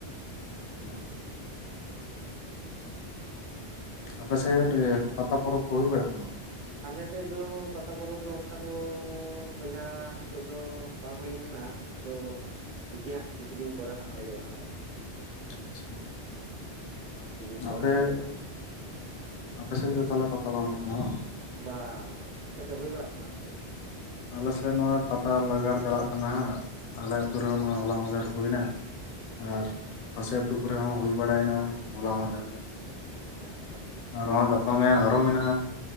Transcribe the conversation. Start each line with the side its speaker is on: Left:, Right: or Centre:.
Left: <unintelligible> ᱦᱮᱸ ᱟᱯᱮ ᱥᱮᱫ ᱯᱟᱛᱟ ᱯᱚᱨᱚᱵᱽ ᱠᱚ ᱦᱩᱭ ᱵᱟᱲᱟᱜ ᱠᱟᱱᱟ
Right: ᱟᱞᱮᱥᱮᱫ ᱫᱚ ᱯᱟᱛᱟ ᱯᱚᱨᱚᱵᱽ ᱫᱚ ᱚᱝᱠᱟ ᱫᱚ ᱵᱚᱭᱦᱟ ᱱᱤᱛᱚᱜ ᱫᱚ ᱵᱟᱝ ᱦᱩᱭᱩ ᱟᱠᱟᱱᱟ ᱟᱫᱚ ᱫᱤᱠᱷᱤᱦᱟᱜ ᱠᱤᱪᱷᱩ ᱫᱤᱱ ᱯᱚᱨᱮ ᱦᱟᱸᱜ ᱦᱩᱭᱩᱜᱼᱟ ᱟᱨᱠᱤ
Left: ᱟᱪᱪᱷᱟ
Right: ᱠᱤᱪᱷᱩ ᱫᱤᱱ ᱯᱚᱨᱮ
Left: ᱟᱯᱮ
Right: ᱦᱩᱭᱩᱜᱼᱟ
Left: ᱟᱯᱮ ᱥᱮᱫ ᱫᱚ ᱛᱟᱦᱚᱞᱮ ᱯᱟᱛᱟ ᱵᱟᱝ ᱦᱩᱭᱩᱜ ᱠᱟᱱᱟ ᱵᱟᱝ
Right: ᱵᱟ ᱵᱟᱝ ᱟᱯᱮ ᱥᱮᱫ ᱦᱩᱭ ᱵᱟᱲᱟᱜ ᱠᱟᱱᱟ ᱥᱮ ᱪᱮᱫ?
Left: ᱟᱞᱮᱥᱮᱜ ᱱᱚᱜᱼᱚᱭ ᱯᱟᱛᱟ ᱞᱟᱜᱟᱲ ᱪᱟᱞᱟᱜ ᱠᱟᱱᱟ ᱦᱟᱸᱜ ᱟᱞᱮ ᱟᱛᱩᱨ ᱨᱮ ᱱᱚᱜ ᱚᱭ ᱦᱚᱞᱟ ᱢᱟᱦᱫᱮᱨ ᱦᱩᱭᱱᱟ ᱟᱨ ᱯᱟᱥᱮ ᱟᱹᱛᱩ ᱠᱚᱨᱮ ᱦᱚᱸ ᱦᱩᱭ ᱵᱟᱲᱟᱭ ᱱᱟ ᱦᱚᱞᱟ ᱢᱟᱫᱷᱮᱨ ᱜᱮ
Right: ᱟᱪᱪᱷᱟ
Left: ᱟᱨ ᱦᱚᱸᱜ-ᱚᱭ ᱜᱟᱯᱟ ᱢᱮᱟᱭᱟᱝ ᱟᱨᱦᱚᱸ ᱢᱮᱱᱟᱜᱼᱟ